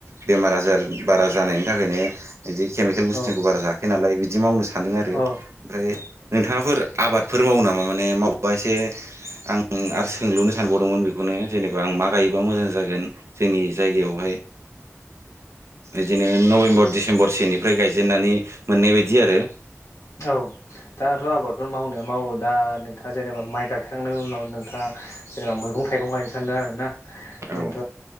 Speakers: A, on the right; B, on the left.
A: बेमार आजार बारा जानायनि थाखायनो बिदि केमिकेल बुस्थुनिखौ
B: औ
A: बार जाखाया नालाय बिदि मावनो सा सान्दों आरो
B: औ
A: ओमफ्राय नोंथाङाफोर आबाद फोर मावो नामा माने मावबा एसे आं आरो सोंलुनो सानबावदोंमोन बेखौनो जेनेबा आं मा गायो बा मोजां जागोन जोंनि जायगायावहाय बिदिनो नबेम्बर डिसेम्बर सोनिफ्राय गायजेननानै मोननाय बायदि आरो
B: औ दाथ आबादफोर मावनाया मावो दा थाङा जेनेबा माइ गायखांनायनि उनाव नोंथाङा जेनेबा मैगं थाइगं गायनो सान्दों आरो ना
A: औ
B: जोंथ